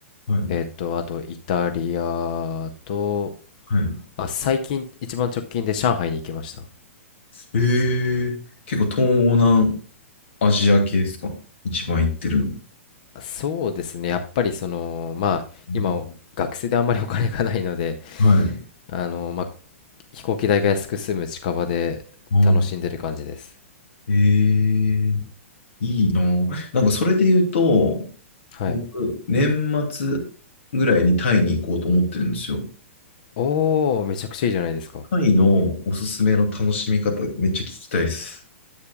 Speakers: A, on the left; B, on the left.
A: はい。
B: えっと、あとイタリアと、
A: はい。
B: あ、最近一番直近で上海に行きました。
A: えー、結構東南アジア系ですか一番行ってるの。
B: そうですね。やっぱりその、まあ、
A: うん
B: 今、学生であんまりお金がないので、
A: はい。
B: あの、まあ、飛行機代が安く済む近場で楽しんでる感じです。
A: うんえー、いいなぁ。なんかそれで言うと、
B: はい。
A: 僕、年末ぐらいにタイに行こうと思ってるんですよ。
B: おー、めちゃくちゃいいじゃないですか。
A: タイのおすすめの楽しみ方、めっちゃ聞きたいです。